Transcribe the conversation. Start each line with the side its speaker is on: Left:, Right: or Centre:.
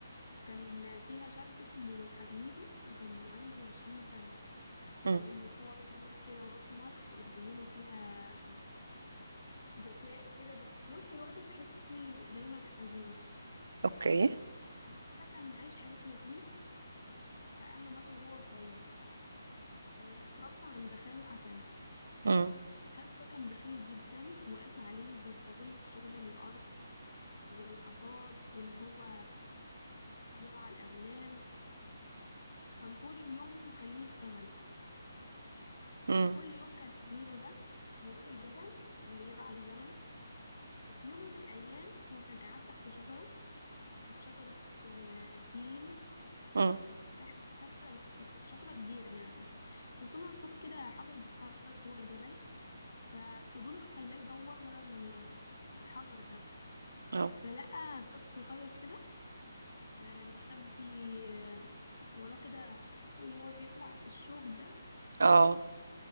Left: كان فيها شاب اسمه حميدو وكان عنده عشرين سنة كان
Right: مم.
Left: هو طويل كده واسمر وعيونه فيها ذكاء كده بس في نفس الوقت تحسي دايما حزين
Right: اوكي
Left: حميدو ده كان عايش حياته يتيم فأهله ماتوا وهو صغير آه، اتربى عند خاله حسن
Right: مم.
Left: خاله ده كان بخيل جدا وقاسي عليه وبيستغله في شغل الأرض والحصاد وإن هو يرعى الأغنام كان طول اليوم مخليه يشتغل
Right: مم.
Left: فكل يوم كان حميدو ده بيروح الجبل آه، يرعى الغنم وفي يوم من الأيام هو كان قاعد تحت شجرة كانت شجرة آه، تين
Right: مم.
Left: أو تفاح مش فاكرة بس كانت شجرة كبيرة يعني فسمع صوت كده حجر بيتحرك جوه الجبل ففضوله خلاه يدور ورا ال- الحجر ده
Right: اه
Left: فلقى باب صغير كده آه، مخبي آه، وراه كده عارفة اللي هو بيطلع الشوك ده
Right: اه